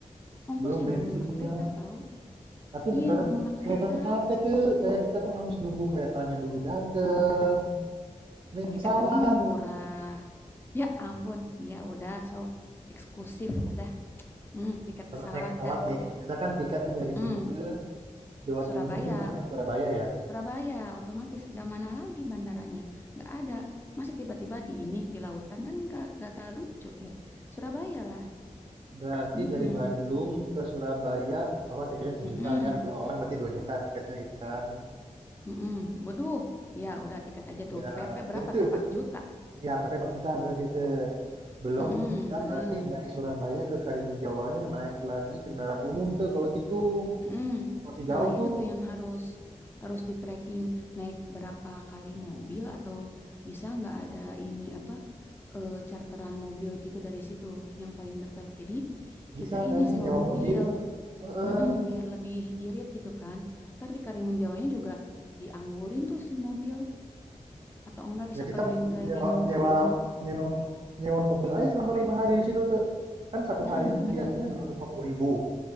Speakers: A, on the left; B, on the right.
A: ongkosnya
B: belum bensinnya
A: lebih murah kereta tahu?
B: tapi naik
A: Iya
B: kereta
A: lebih murah kereta.
B: kereta tuh capek tuh kayak kita tuh harus nunggu keretanya dulu dateng naik
A: Ya
B: pesawat
A: katanya murah Ya ampun, iya udah sok eksklusif lah dah. Hmm, tiket pesawat
B: naik pesawat
A: dah tuh.
B: nih misalkan tiketnya dari
A: Mm-mm.
B: sini ke Jawa
A: Surabaya,
B: Timur di mana ya Surabaya ya
A: Surabaya otomatis gak mana lagi bandaranya, nggak ada. Masa tiba-tiba di ini di lautan kan gak, gak, gak lucu ya. Surabaya lah.
B: Berarti
A: Mm-mm.
B: dari Bandung ke Surabaya, taruhlah tiketnya sejuta,
A: Mm-mm.
B: 1000000 lah ya, 2 orang berarti dua juta tiketnya gitu kan.
A: Mm-mm. Waduh, ya udah tiket aja tuh.
B: Ya,
A: PP berapa
B: dan itu
A: tuh?
B: itu
A: empat juta.
B: ya PP rp juta berarti itu. Belum
A: Mm-mm,
B: kita
A: bener.
B: berarti dari Surabaya ke Karimun Jawanya naik lagi kendaraan umum tuh kalau gitu.
A: Mm-mm.
B: Masih jauh
A: Nah, itu
B: tuh.
A: tuh yang harus harus di tracking naik berapa kali mobil atau bisa nggak ada ini apa eh, charteran mobil gitu dari situ yang paling dekat. Jadi
B: Bisa
A: kita
B: kayaknya
A: ini sewa
B: nyewa
A: mobil,
B: mobil. Heeh.
A: Mm-mm, biar lebih irit gitu kan. Ntar di Karimun Jawanya juga dianggurin tuh si mobil atau enggak
B: Ya
A: bisa
B: kita
A: keliling-keliling
B: nyewa nyewa
A: Karimun.
B: nyewa nyewa mobil aja selama lima hari di situ tuh. Kan satu harinya
A: Mm-mm,
B: tuh
A: benar.
B: biasanya dua ratus lima puluh ribu.